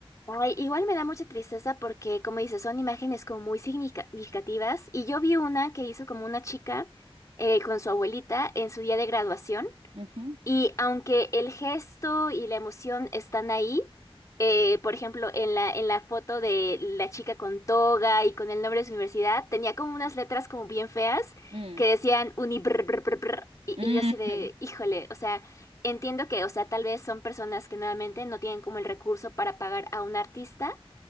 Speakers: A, on the left; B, on the right.
A: Ay, igual me da mucha tristeza porque, como dices, son imágenes como muy significativas. Y yo vi una que hizo como una chica eh, con su abuelita en su día de graduación.
B: Ujú.
A: Y aunque el gesto y la emoción están ahí, eh, por ejemplo, en la, en la foto de la chica con toga y con el nombre de su universidad, tenía como unas letras como bien feas
B: Mm,
A: que decían uni brr, brr, brr, brr, y,
B: mm,
A: y yo así de, híjole, o sea, entiendo que, o sea, tal vez son personas que nuevamente no tienen como el recurso para pagar a un artista